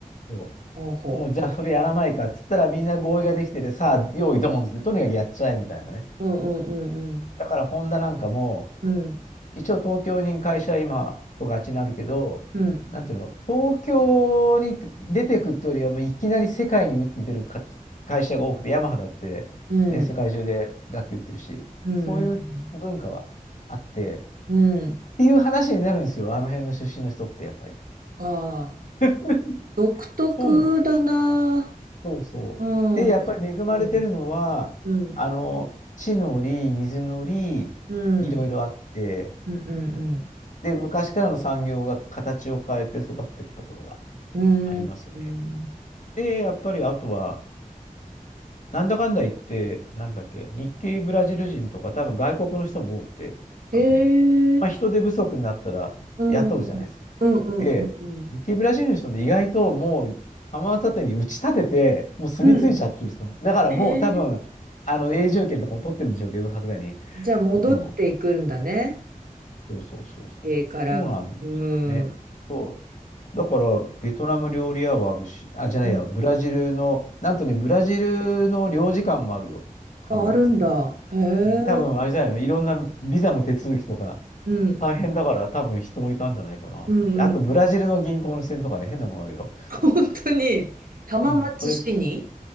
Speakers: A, on the left; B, on the right.
A: そ
B: ほうほ
A: う。もう、じゃあそれやらないかっつったら、みんな合意ができてて、さあ、用意ドンっつって、とにかくやっちゃえみたいなね。
B: う。うんうんうん
A: だから、ホンダなんかも、
B: うん。
A: 一応東京に会社今とがちになるけど、
B: うん。
A: なんていうの、東京に出てくってよりは、もういきなり世界に打って出るか会社が多くて、ヤマハだって、
B: うん。
A: ね、世界中で楽器売ってるし、
B: うんうん
A: そういう文化はあって、
B: うん。うん。
A: っていう話になるんですよ、あの辺の出身の人ってやっぱり。
B: ああ。
A: <laughs>
B: 独特だな。
A: そうなの。そうそう。
B: うん。
A: で、やっぱり恵まれてるのは、
B: 確かにうん、
A: あの、地の利、水の利、
B: うん、
A: いろいろあって、
B: うん、うん、うん。
A: で、昔からの産業が形を変えて育っていくところが
B: うん、
A: ありますね。
B: うん
A: で、やっぱりあとは、なんだかんだ言って、なんだっけ、日系ブラジル人とか、多分外国の人も多くて、
B: へ
A: あの辺。
B: え、
A: まあ、人手不足になったら雇うじゃないですか。
B: うん、うん、うん、うん、
A: で、
B: うんうん。
A: 日系ブラジルの人で意外ともう浜松建てに打ち立てて、もう住み着いちゃってる人も。
B: うん。
A: だからもう多分、
B: へえ、
A: あの永住権とかも取ってるんでしょうけど、さすがに。
B: じゃあ戻っていくんだね。
A: うん。そうそうそうそう。
B: 家から。
A: そうなんですね。
B: うん。う
A: そう。だから、ベトナム料理屋はあるし、あ、じゃないや、
B: ん、
A: ブラジルの、なんとね、ブラジルの領事館もあるよ。浜松に。
B: あ、あるんだ。へえ。
A: うん、多分、あれじゃないの、いろんなビザの手続きとか、
B: うん、
A: 大変だから、多分人もいたんじゃないかな。
B: うん、
A: あと、
B: うん、
A: ブラジルの銀行の支店とかね、
B: うん。
A: 変なものあるよ。
B: <laughs> 本当に。浜松市に
A: うん。それ、